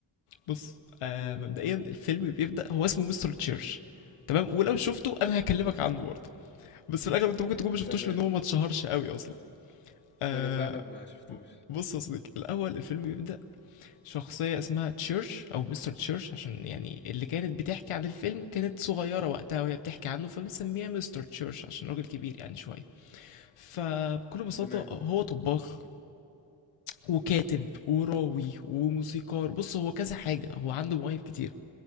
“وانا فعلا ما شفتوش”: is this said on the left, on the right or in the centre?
Left